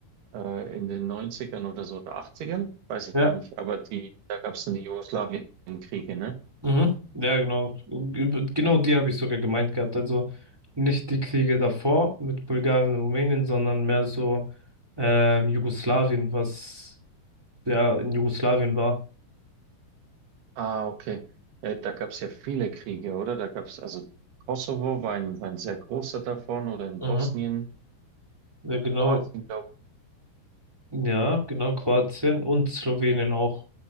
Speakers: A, on the right; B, on the right.
A: äh, in den neunzigern oder so oder achtzigern weiß ich
B: Ja.
A: gar nicht, aber die, da gab's dann die Jugoslawienkriege, ne?
B: Mhm. Ja, genau. Über- Genau die habe ich sogar gemeint gehabt. Also nicht die Kriege davor mit Bulgarien und Rumänien, sondern mehr so ähm, Jugoslawien, was ja in Jugoslawien war.
A: Ah, okay. Äh, da gab es ja viele Kriege, oder? Da gab es also Kosovo war ein, war ein sehr großer davon oder in
B: Mhm.
A: Bosnien,
B: Ja, genau.
A: Kroatien, glaube
B: Ja, genau, Kroatien und Slowenien auch.